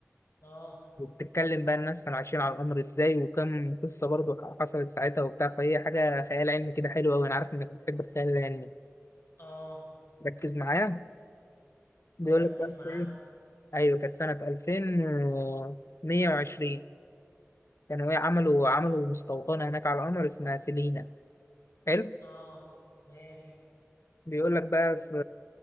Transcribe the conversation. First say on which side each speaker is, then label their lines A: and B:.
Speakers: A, on the left (about 75°); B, on the left (about 60°).
A: اه
B: وبتتكلم بقى الناس كانوا عايشين على القمر ازاي وكم قصه برضو حصلت ساعتها وبتاع فهي حاجه خيال علمي كده حلو قوي انا عارف انك بتحب الخيال العلمي
A: اه
B: ركز معايا بيقول
A: مركز
B: لك بقى
A: معاك
B: في ايه ايوه كانت سنه 2120 كانوا ايه عملوا عملوا مستوطنه هناك على القمر اسمها سيلينا حلو
A: اه ماشي
B: بيقول لك بقى في